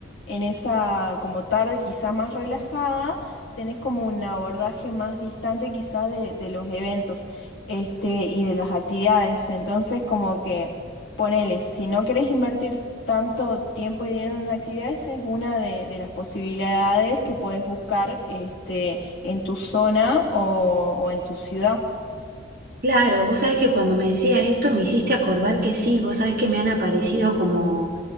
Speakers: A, on the left; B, on the right.
A: en esa como tarde quizá más relajada, tenés como un abordaje más distante quizá de, de los eventos este, y de las actividades. Entonces como que ponele, si no querés invertir tanto tiempo y dinero en una actividad, esa es una de, de las posibilidades que podés buscar este, en tu zona o o en tu ciudad.
B: Claro, vos sabés que cuando me decías esto me hiciste acordar que sí, vos sabés que me han aparecido como